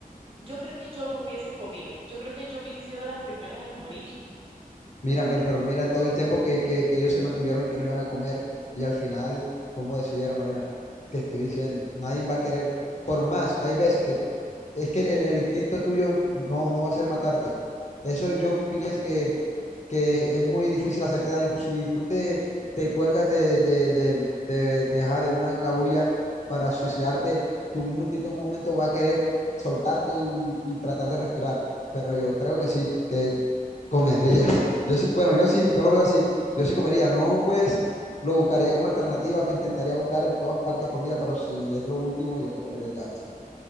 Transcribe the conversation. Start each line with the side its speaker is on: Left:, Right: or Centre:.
Right: Yo creo que yo no hubiese comido. Yo creo que yo hubiese sido de las primeras en morir.
Left: Mira, mira, pero mira todo el tiempo que, que, que ellos se mantuvieron en que no iban a comer y al final, ¿cómo decidieron, Malena? Te estoy diciendo, nadie va a querer. Por más, hay veces que es que el, el instinto tuyo no, no va a ser matarte. Eso yo pienso que, que es muy difícil hacerte daño. Si tú te, te cuelgas de, de, de, de, de, ajá, de una cabulla para suicidarte, tu mismo instinto en un momento va a querer soltarte y, y tratar de respirar. Pero yo creo que sí, que comerías. <laughs> Yo sí, bueno, yo sí, yo lo veo así.
Right: <laughs>
Left: Yo sí comería. No, pues lo buscaría como alternativa, me intentaría buscar en todas partes comida, pero si es lo último, yo me comería el gato.